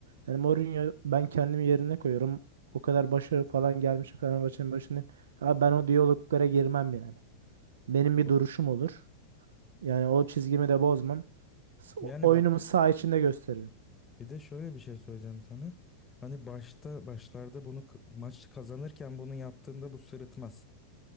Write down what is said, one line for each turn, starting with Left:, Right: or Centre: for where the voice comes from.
Right: yani Mourinho ben kendimi yerine koyuyorum. O kadar başarı falan gelmiş Fenerbahçe'nin başındayım. Ha, ben o diyaloglara girmem yani. Benim bir
Left: Bu-
Right: duruşum olur. Yani o çizgimi de bozmam. S-
Left: Yani
Right: Oyunumu
Left: bak
Right: saha içinde gösteririm.
Left: bir de şöyle bir şey söyleyeceğim sana. Hani başta başlarda bunu k- maç kazanırken bunu yaptığında bu sırıtmaz.